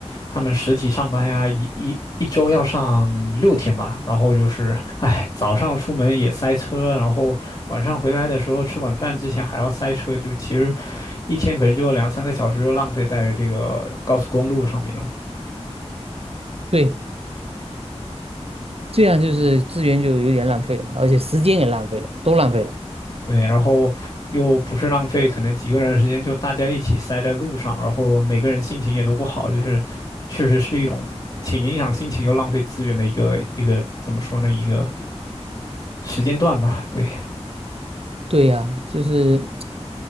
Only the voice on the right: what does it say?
对，这样就是资源就有点浪费了嘛，而且时间也浪费了，都浪费了。
对呀，就是